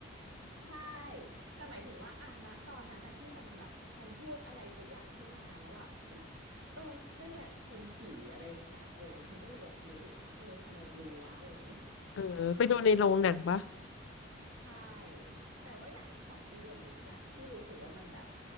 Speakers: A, on the right (about 75°); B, on the left (about 75°).
A: ใช่แต่หมายถึงว่าอ่ะณตอนนั้นอ่ะที่มันแบบมันพูดอะไรสักอย่างขึ้นมาแล้วแบบฉันก็บอกเออก็เนี่ยเป็นผีอะไรอย่างเงี้ยเออฉันก็เลยแบบรู้สึกว่าเออทำไมรู้วะอะไรอย่างเงี้ย
B: เออไปดูในโรงหนังปะ
A: ใช่แต่ว่าอย่างของ e the m ม s สต์อะที่รู้สึกว่ามันแบบ